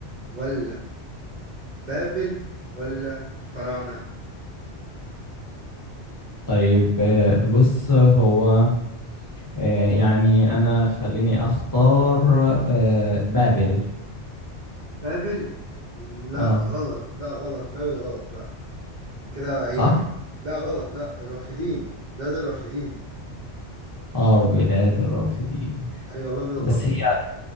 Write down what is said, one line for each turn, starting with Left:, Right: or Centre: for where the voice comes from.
Right: ولا بابل ولا الفراعنة
Left: طيب آه، بص هو آه، يعني انا خليني اختار آه، بابل
Right: بابل لا
Left: اه
Right: غلط لا غلط بابل غلط لا كده هي
Left: صح
Right: لا غلط لا الرافدين ده, ده الرافدين
Left: اه بلاد الرافدين
Right: أيوة بابل غلط
Left: بس هي